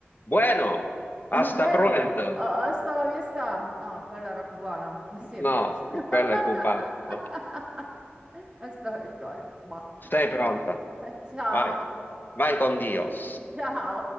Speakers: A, on the left (about 50°); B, on the right (about 20°).
A: Bueno,
B: <laughs>
A: hasta
B: Bueno,
A: pronto.
B: ah, hasta la vista. No, quello era cubano, per sempre.
A: No,
B: <laughs>
A: quella è cubana, no?
B: Hasta la vittoria. Bah.
A: Sei pronta?
B: <laughs> Ciao.
A: Vai, vai con Dios.
B: Ciao.